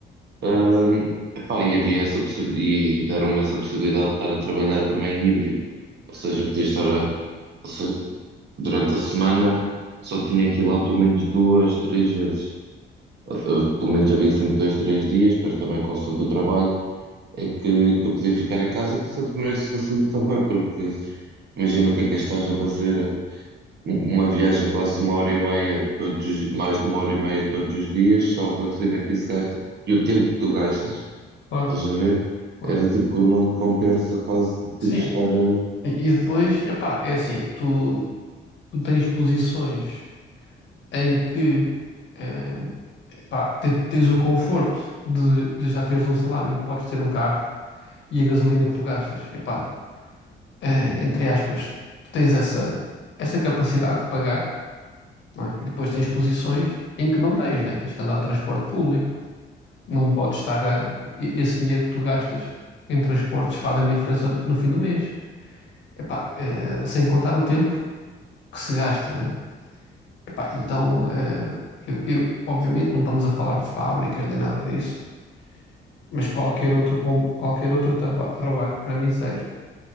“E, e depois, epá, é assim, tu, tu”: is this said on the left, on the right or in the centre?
Left